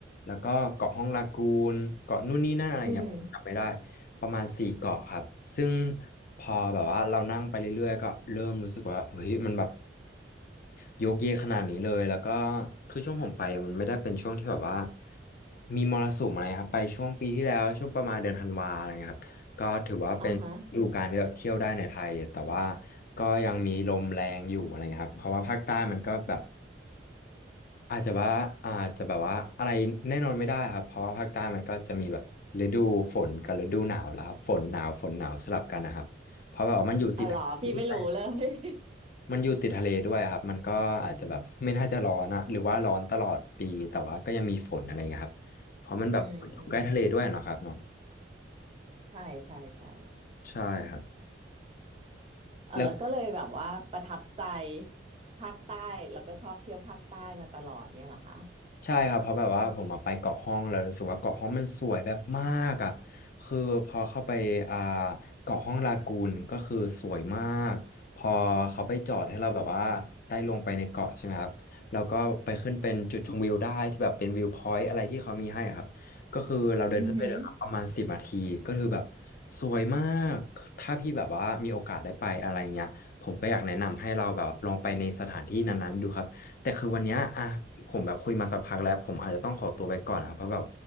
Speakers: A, on the left; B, on the right.
A: แล้วก็เกาะห้องลากูนเกาะนู่นนี่นั่นอะไรเงี้ยผมจำไม่ได้
B: อืม
A: ประมาณสี่เกาะครับซึ่งพอแบบว่าเรานั่งไปเรื่อยๆก็เริ่มรู้สึกว่าเฮ้ยมันแบบ โยกเยกขนาดนี้เลยแล้วก็คือช่วงผมไปอะมันไม่ได้เป็นช่วงที่แบบว่ามีมรสุมอะไรครับไปช่วงปีที่แล้วช่วงประมาณเดือนธันวาอะไรเงี้ยครับก็ถือว่าเป็นฤดูกาลที่แบบเที่ยวได้ในไทยแต่ว่า
B: อ่าฮะ
A: ก็ยังมีลมแรงอยู่อะไรเงี้ยครับเพราะว่าภาคใต้มันก็แบบอาจจะว่าอาจจะแบบว่าอะไรแน่นอนไม่ได้ครับเพราะว่าภาคใต้มันก็จะมีแบบฤดูฝนกับฤดูหนาวแล้วครับฝนหนาวฝนหนาวสลับกันนะครับเพราะแบบว่ามันอยู่ติดทะเลด้วย
B: อ๋อเหรอพี่ไม่รู้เลย
A: มันอยู่ติดทะเลด้วยครับ มันก็อาจจะแบบ <laughs> ไม่น่าจะร้อนอะหรือว่าร้อนตลอดปี แต่ว่าก็ยังมีฝนอะไรเงี้ยครับ เพราะมันแบบอยู่ใกล้ทะเลด้วยเนาะครับเนาะ
B: <laughs> อืมอืมอืมใช่ใช่ใช่
A: ใช่ครับ
B: เออแล้วก็เลยแบบว่าประทับใจ
A: แล้ว
B: ภาคใต้แล้วก็ชอบเที่ยวภาคใต้มาตลอดเนี่ยเหรอคะ
A: ใช่ครับเพราะแบบว่าผมมาไปเกาะห้องแล้วรู้สึกว่าเกาะห้องมันสวยแบบมากอ่ะคือพอเข้าไปอ่าเกาะห้องลากูนก็คือสวยมากพอเขาไปจอดให้เราแบบว่าได้ลงไปในเกาะใช่ไหมครับแล้วก็ไปขึ้นเป็นจุดชมวิวได้ที่แบบเป็นวิวพอยต์อะไรที่เขามีให้อะครับก็คือเราเดินขึ้นไปเลยครับประมาณสิบนาทีก็คือแบบ
B: อือหือ
A: สวยมากถ้าพี่แบบว่ามีโอกาสได้ไปอะไรเงี้ยผมก็อยากแนะนำให้เราแบบลองไปในสถานที่นั้นๆดูครับ แต่คือวันเนี้ยอ่ะผมแบบคุยมาสักพักแล้วผมอาจจะต้องขอตัวไปก่อนนะเพราะแบบ